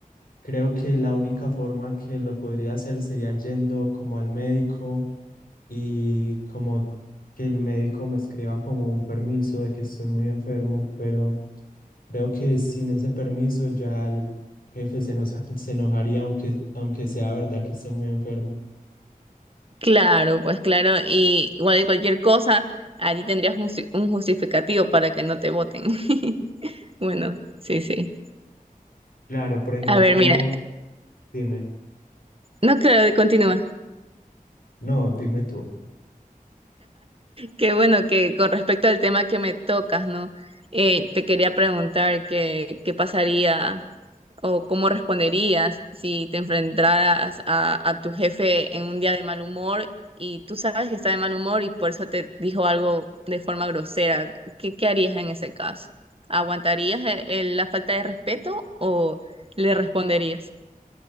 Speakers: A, on the left; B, on the right.
A: creo que la única forma que lo podría hacer sería yendo como al médico y como que el médico me escriba como un permiso de que estoy muy enfermo, pero creo que sin ese permiso ya el jefe se, nos, <laughs> se enojaría aunque, aunque sea verdad que esté muy enfermo.
B: claro, pues claro. Y igual de cualquier cosa, allí tendrías justi- un justificativo para que no te voten. <laughs> Bueno, sí, sí.
A: Claro, por ejemplo,
B: A ver, mira,
A: dime,
B: no, claro, continúa.
A: no, dime tú.
B: Qué bueno que con respecto al tema que me tocas, ¿no? Eh, te quería preguntar qué, qué pasaría o cómo responderías si te enfrentaras a, a tu jefe en un día de mal humor y tú sabes que está de mal humor y por eso te dijo algo de forma grosera. ¿Qué, qué harías en ese caso? ¿Aguantarías e- el- la falta de respeto o le responderías?